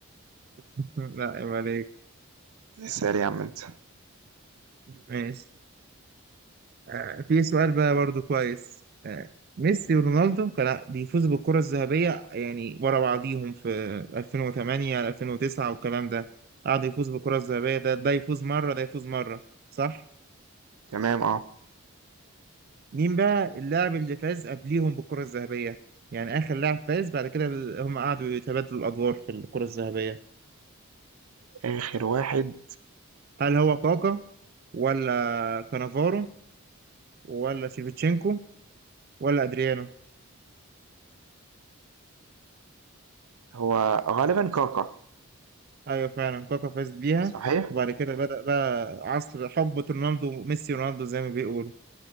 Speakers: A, on the right; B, on the right.
A: <laughs> لا عيب عليك
B: اسأل يا عم انت
A: ماشي آه في سؤال بقى برضو كويس آه ميسي ورونالدو كان بيفوزوا بالكرة الذهبية يعني ورا بعضيهم في 2008 2009 والكلام ده قعد يفوز بالكرة الذهبية ده ده يفوز مرة ده يفوز مرة صح؟
B: تمام آه.
A: مين بقى اللاعب اللي فاز قبليهم بالكرة الذهبية يعني آخر لاعب فاز بعد كده ال- هم قعدوا يتبادلوا الأدوار في الكرة الذهبية
B: آخر واحد
A: هل هو كاكا ولا كانافارو ولا شيفتشينكو ولا أدريانو
B: هو غالبًا كاكا،
A: أيوة فعلا كاكا فاز بيها
B: صحيح؟
A: وبعد كده بدأ بقى عصر حقبة رونالدو ميسي ورونالدو زي ما بيقولوا